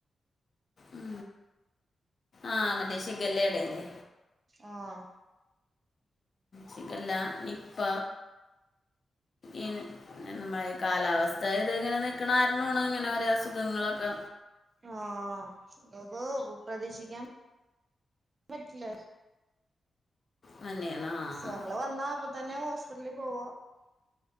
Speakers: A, on the left; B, on the right.
A: ഉ ആഹ മറ്റേ ശിഖല്ലടല്ലേ
B: ആഹ
A: സിക്കല്ല നിപ്പ ഏന നമ്മ കാലാവസ്ഥ ഇത് ഇങ്ങനെ നൽക്കണ കാരണമാണ് ഇങ്ങനെ ഒര അസുഖങ്ങളൊക്കെ
B: ആഹ അക്ക് പ്രതീക്ഷിക്കാൻ പറ്റില്ല
A: തന്നെയാണ് ആ
B: അസുഖങ്ങള് വന്നാ അപ്പ തന്നെ ഹോസ്പിറ്റലിൽ പോവോ